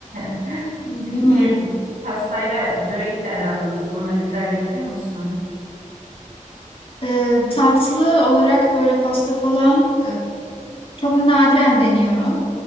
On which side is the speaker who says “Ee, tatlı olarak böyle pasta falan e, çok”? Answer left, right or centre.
Left